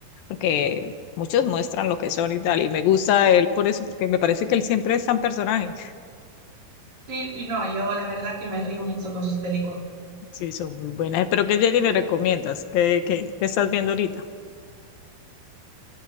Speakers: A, on the left; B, on the right.
A: porque muchos muestran lo que son y tal, y me gusta él por eso, porque me parece que él siempre es tan personaje.
B: sí, y no, yo la verdad que me río mucho con sus películas.
A: Sí, son muy buenas. Pero que Jenny me recomiendas? ¿Qué, qué, qué estás viendo ahorita?